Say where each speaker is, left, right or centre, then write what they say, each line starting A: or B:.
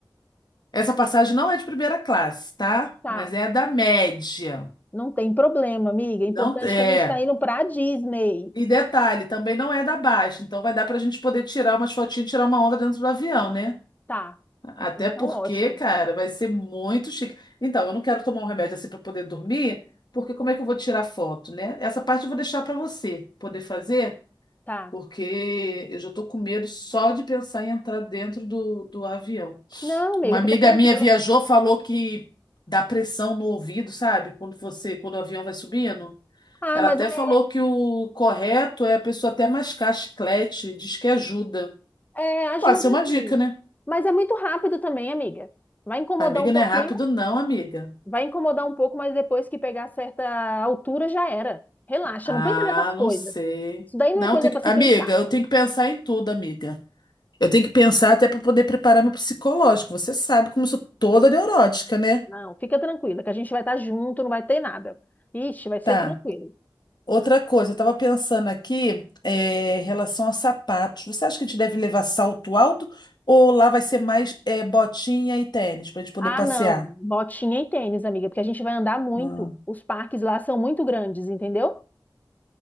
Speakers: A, on the left; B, on the left.
A: essa passagem não é de primeira classe, tá?
B: tá,
A: Mas é da média.
B: não tem problema, amiga. É
A: Não
B: importante
A: é.
B: que a gente tá indo pra Disney.
A: E detalhe, também não é da Baixa, então vai dar pra gente poder tirar umas fotinhas, e tirar uma onda dentro do avião, né?
B: Tá,
A: Até
B: então
A: porque,
B: ótimo.
A: cara, vai ser muito chique. Então, eu não quero tomar um remédio assim pra poder dormir, porque como é que eu vou tirar foto, né? Essa parte eu vou deixar pra você poder fazer,
B: Tá.
A: porque eu já tô com medo só de pensar em entrar dentro do, do avião.
B: Não, amiga,
A: Uma amiga
B: fica tranquila.
A: minha viajou, falou que dá pressão no ouvido, sabe? Quando você, quando o avião vai subindo.
B: Ah,
A: Ela
B: mas
A: até
B: é,
A: falou que o correto é a pessoa até mascar chiclete, diz que ajuda.
B: é, ajuda
A: Pode ser uma dica,
B: sim.
A: né?
B: Mas é muito rápido também, amiga. Vai incomodar
A: Amiga,
B: um pouquinho,
A: não é rápido, não, amiga.
B: vai incomodar um pouco, mas depois que pegar certa altura já era. Relaxa,
A: Ah,
B: não pensa nessas coisas.
A: não sei.
B: Isso daí não
A: Não,
B: é coisa
A: tem
B: para
A: que...
B: se
A: Amiga,
B: pensar.
A: eu tenho que pensar em tudo, amiga. Eu tenho que pensar até para poder preparar meu psicológico. Você sabe como eu sou toda neurótica, né?
B: Não, fica tranquila, que a gente vai estar junto, não vai ter nada. Ixi, vai ser
A: Tá.
B: tranquilo.
A: Outra coisa, eu tava pensando aqui, é, em relação a sapatos. Você acha que a gente deve levar salto alto ou lá vai ser mais, é, botinha e tênis para a gente poder
B: Ah,
A: passear?
B: não, botinha e tênis, amiga, porque a gente vai andar muito.
A: Hum.
B: Os parques lá são muito grandes, entendeu?